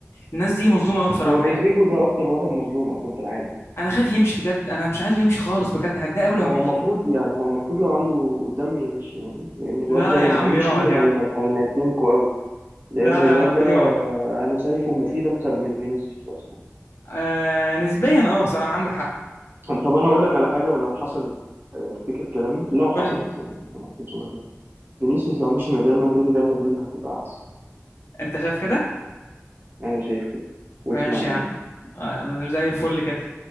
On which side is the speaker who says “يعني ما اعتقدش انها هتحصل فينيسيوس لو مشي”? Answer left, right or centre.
Right